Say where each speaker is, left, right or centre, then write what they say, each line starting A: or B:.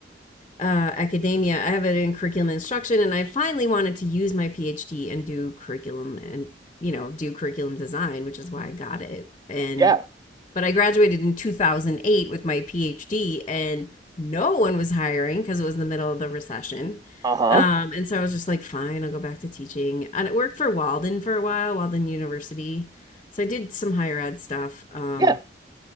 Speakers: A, on the left (about 30°); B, on the right (about 20°).
A: uh, academia. I have it in curriculum instruction, and I finally wanted to use my PhD and do curriculum and, you know, do curriculum design, which is why I got it. And,
B: Yeah.
A: but I graduated in 2008 with my PhD, and no one was hiring because it was the middle of the recession.
B: Uh-huh.
A: Um, and so I was just like, fine, I'll go back to teaching. And it worked for Walden for a while, Walden University. So I did some higher ed stuff. Um,
B: Yeah.